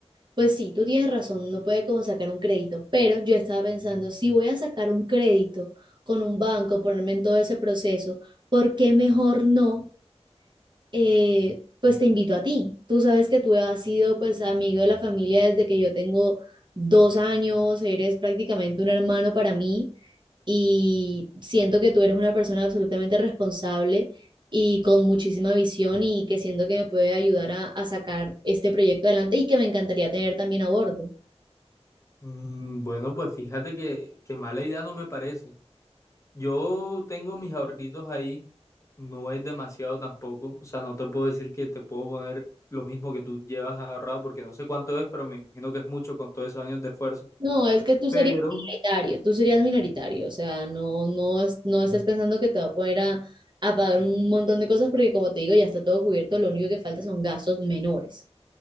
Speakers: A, on the right; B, on the left.
A: Pues sí, tú tienes razón, no puede como sacar un crédito, pero yo estaba pensando, si voy a sacar un crédito con un banco, ponerme en todo ese proceso, ¿por qué mejor no? eh, pues te invito a ti. Tú sabes que tú has sido pues amigo de la familia desde que yo tengo dos años, eres prácticamente un hermano para mí y siento que tú eres una persona absolutamente responsable y con muchísima visión y que siento que me puede ayudar a, a sacar este proyecto adelante y que me encantaría tener también a bordo.
B: Mm, bueno, pues fíjate que, que mala idea no me parece. Yo tengo mis ahorritos ahí, no es demasiado tampoco, o sea, no te puedo decir que te puedo poner lo mismo que tú llevas ahorrado porque no sé cuánto es, pero me imagino que es mucho con todos esos años de esfuerzo.
A: No, es que tú serías
B: Pero,
A: minoritario, tú serías minoritario, o sea, no, no, es- no estés pensando que te va a poner a, a pagar un montón de cosas porque como te digo, ya está todo cubierto, lo único que falta son gastos menores,